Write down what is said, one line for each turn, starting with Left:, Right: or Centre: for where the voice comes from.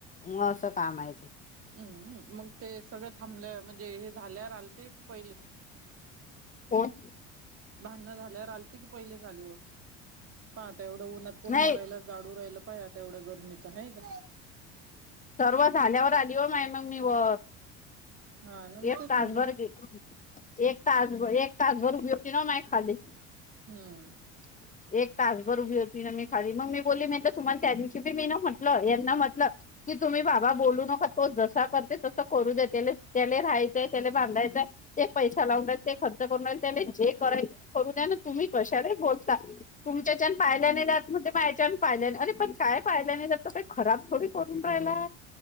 Left: म असं काम आहे ते.
Right: हम् मग ते सगळं थांबलं म्हणजे हे झाल्या आलते की पहिलेच.
Left: होय.
Right: भांडणं झाल्यावर आलती की पहिले चाली वर? पहा आता एवढं उन्हात कोण
Left: नाही
Right: मरायला जाडू राहिलं पाहिता एवढ्या गरमीचं आहे का.
Left: सर्व झाल्यावर आली व माय मग मी व
Right: हा ना मी
Left: एक
Right: तेच
Left: तासभर
Right: म्हणून
Left: <unintelligible> एक तासभर, एक तासभर उभी होती ना माय खाली.
Right: हम्म.
Left: <inaudible> एक तासभर उभी होती ना मी खाली मग मी बोलली म्हटलं तुम्हाला त्या दिवशी बी मी ना म्हटलं यांना म्हटलं. की तुम्ही बाबा बोलू नका. तो जसा करते तसं करू दे. त्याले त्याला राहायचंय. त्याला बांधायचंय ते पैसा लावूनल ते खर्च करून त्या जे करायच ते करू द्या ना तुम्ही कशाला बोल ता. तुमच्यान पाहिल्या नाही दत मग ते मायच्यान पाहिल्या नाही अरे पण काय पाहिय नाही द तर काही खराब थोडी करून राहिलायं.